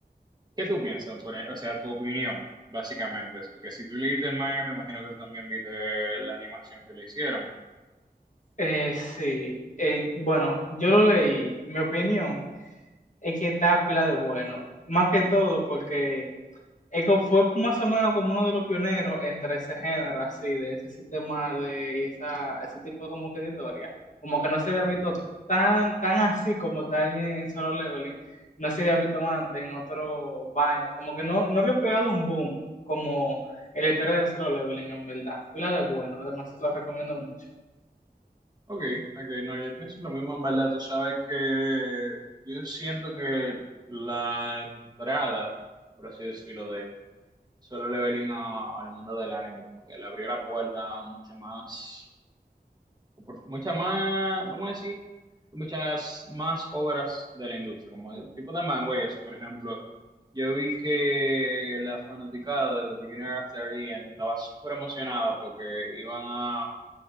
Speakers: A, on the right; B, on the left.
A: ¿qué tú piensas? Por e- o sea, tu opinión, básicamente, es porque si tú leíste el manga, me imagino que tú también viste la animación que le hicieron.
B: Eh, sí, eh, bueno, yo lo leí, mi opinión es que está pila de bueno, más que todo porque Es como- fue más o menos como uno de los pioneros entre ese género, así, de ese sistema de, y esa, ese tipo de como que de historia. Como que no se había visto tan, tan así como está en, en Solo Leveling. No se había visto antes en otro vaina. Como que no, no había pegado un boom como el historia de Solo Leveling, en verdad. Pila de bueno, además, lo recomiendo mucho.
A: Ok, ok, no, yo pienso lo mismo en verdad. Tú sabes que yo siento que la entrada, por así decirlo, de Solo Leveling a- al mundo del anime, como que le abrió la puerta a mucha más, opor- mucha más, vamos a decir, muchas más obras de la industria, como el tipo de manga y eso. Por ejemplo, yo vi que la fanaticada de The Beginner After the End estaba súper emocionada porque iban a